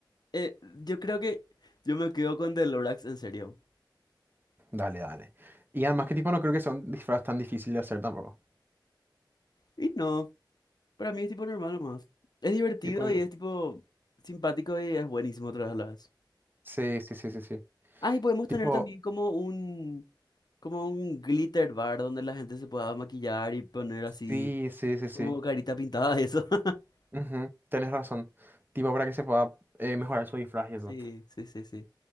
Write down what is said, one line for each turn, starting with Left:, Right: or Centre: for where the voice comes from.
Left: eh, yo creo que yo me quedo con The Lorax, en serio.
Right: Dale, dale. Y además que tipo no creo que sea un disfraz tan difícil de hacer tampoco.
Left: Y no. Para mí es tipo normal nomás. Es divertido
Right: Tipo, digo,
Left: y es tipo simpático y es buenísimo otra vez a la vez.
Right: sí, sí, sí, sí, sí.
Left: Ah, y podemos
Right: Tipo,
Left: tener también como un, como un glitter bar donde la gente se pueda maquillar y poner así
Right: sí, sí, sí, sí.
Left: como carita pintada, eso. <laughs>
Right: Ujú, Tenés razón. Tipo, para que se pueda eh, mejorar su disfraz y
Left: Sí,
Right: eso.
Left: sí, sí, sí.